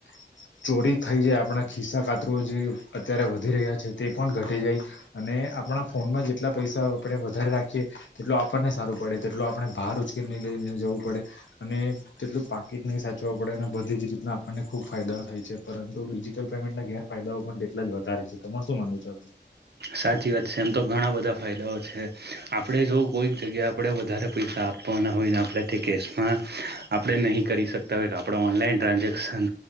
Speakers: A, on the left; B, on the right.
A: <inaudible> ચોરી થઈ જાય આપણા ખિસ્સા કાતરો જે અત્યારે વધી રહ્યા છે તે પણ ઘટી જાય અને આપણા ફોનમાં જેટલા પૈસા આપણે વધારે રાખીએ તેટલો આપણને સારું પડે તેટલો આપણે ભાર ઉચકે નઈ લઈ જવું પડે અને તેટલું પાકીટ ને એ સાચવું પડે અને બધી જ રીતના આપણને ખુબ ફાયદા થાય છે. પરંતુ ડિજિટલ પેમેન્ટના ગેરફાયદાઓ પણ તેટલા જ વધારે છે. તમાર શું માનવું છે?
B: સાચી વાત સે એમ તો ઘણા બધા ફાયદાઓ છે આપડે જો કોઈક જગ્યા આપડે વધારે પૈસા આપ ના હોયને આપણે તે કેશમાં આપણે નહીં કરી શકતા હોય તો આપડે ઓનલાઈન ટ્રાન્ઝેક્શન